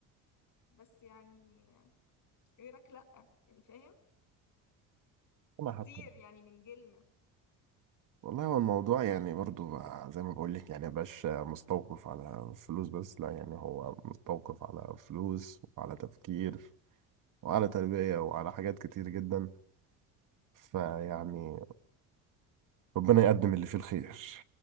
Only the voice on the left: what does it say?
بس يعني غيرك لأ يعني فاهم
كتير
يعني من جيلنا